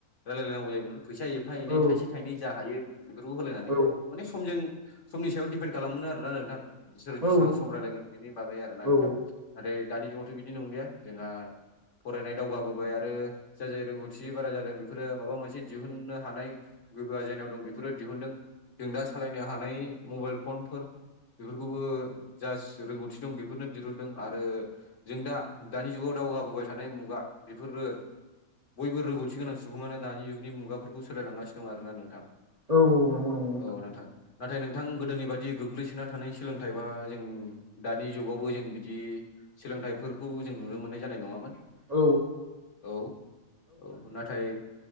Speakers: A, on the left; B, on the right.
A: रायलाय लायनांगौ जायोमोन फैसा एफा एनै
B: औ
A: थाइसे थाइनै जा हायो बेफोरखौ होलायनानै
B: औ
A: माने समजों समनि सायाव दिपेन्ड खालामोमोन आरोना नोंथां बिसोर बिसिबां
B: औ
A: सम रायलायगोन बेनि बागै आरोना
B: औ
A: नोंथां। नाथाय दानि जुगावथ' बिदिनो नंलिया जोंहा फरायनाय दावगाबोबाय आरो जाय जाय रोंगौथि बारा जादों बेफोरो माबा मोनसे दिहुननो हानाय गोहोआ जायनाव दं बेफोरो दिहुनदों जों दा सालायनो हानाय मबाइल फनफोर बेफोरखौबो जास रोंगौथि दं बेफोरनो दिरुनदों आर रो जों दा दानि जुगाव दावगाबोबाय थानाय मुगा बेफोरो बयबो रोंगौथि गोनां सुबुङानो दानि जुगनि मुगाफोरखौ सोलायलांगासिनो दं आरोना नोंथां।
B: औ नंगौ नंगौ
A: औ नोंथां नाथाय नोंथां गोदोनि बादि गोग्लैसोना थानाय सोलोंथाइ बा जों दानि जुगावबो जों बिदि सोलोंथाइफोरखौ जों नुनो मोननाय जानाय नङामोन
B: औ
A: औ औ नाथ थाय